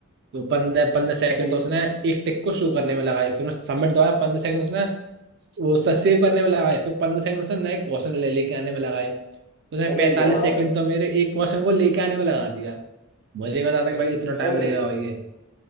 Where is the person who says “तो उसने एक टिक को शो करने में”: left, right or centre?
Right